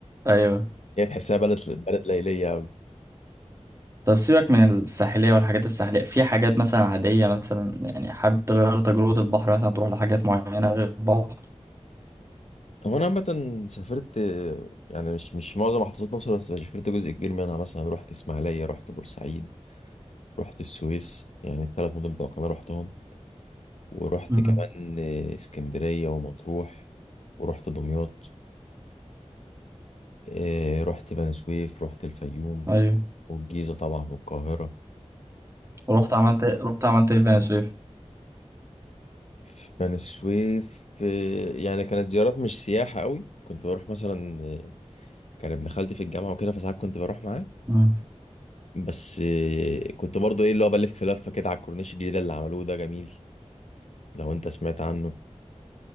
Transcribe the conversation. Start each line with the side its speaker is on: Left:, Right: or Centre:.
Right: أيوه
Left: هي تحسها بلد بلد ليلية أوي
Right: طب سيبك من الساحلية والحاجات الساحلية في حاجات مثلا عادية مثلا يعني حابب تغير تجربة البحر مثلا تروح لحاجات معينة غير البحر
Left: هو انا عامه سافرت يعني مش مش معظم محافظات مصر بس سافرت جزء كبير منها مثلا رحت اسماعيليه رحت بورسعيد رحت السويس يعني الثلاث مدن بتوع القناه رحتهم ورحت
Right: مم.
Left: كمان اسكندريه ومطروح ورحت دمياط آه، رحت بني سويف رحت الفيوم
Right: أيوه
Left: والجيزه طبعا والقاهره
Right: ورحت عملت إيه؟ رحت عملت إيه في بني سويف
Left: في بني سويف آه، يعني كانت زيارات مش سياحه قوي كنت بروح مثلا آه، كان ابن خالتي في الجامعه وكده فساعات كنت بروح معاه
Right: مم.
Left: بس آه، كنت برضو ايه اللي هو بلف لفه كده على الكورنيش الجديد اللي عملوه ده جميل لو انت سمعت عنه